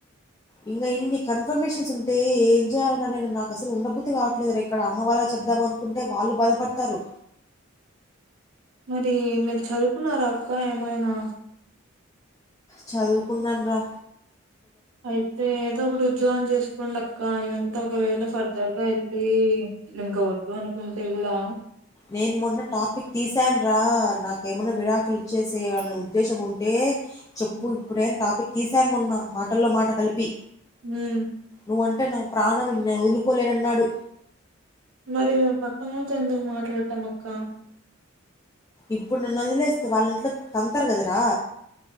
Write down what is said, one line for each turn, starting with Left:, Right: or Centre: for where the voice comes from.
Left: ఇంకా ఇన్ని కన్ఫర్మేషన్స్ ఉంటే ఏం చేయాలిరా నేను నాకు అసలు ఉండ బుద్ధి కావట్లేదు ఇక్కడ అమ్మ వాళ్ళకి చెప్ ప్ధం అనుకుంటే వాళ్ళు బాధపడతారు
Right: మరి మీరు చదువుకున్నార అక్క ఏమైనా
Left: చదువుకున్నాను రా
Right: అయితే ఏదో ఒకటి ఉద్యోగం చేసుకోండి అక్క ఇదంతా ఒకవేళ ఫర్దర్ గా వెళ్ళి ఇంక వద్దు అనుకుంటే హలో
Left: నేను మొన్న టాపక్ తీసాను రా నాకు ఏమన్నా విడాకులు చేసేయనే ఉద్దేశం ఉంటే చెప్పు
Right: హ్మ్
Left: ఇప్పుడే అని టాపిక్ తీసాను మొన్న మాటల్లో మాట కలిపి
Right: హ్మ్మ్
Left: నువ్వు అంటే నాకు ప్రాణం నిన్ను నేను వదులుకోలేనన్నాడు
Right: మరి పక్కనోలతో ఎందుకు మాట్లాడటం అక్క
Left: ఇప్పుడు నన్ను వదిలేస్తే వాళ్ళ ఇంట్లో తంతారు కదరా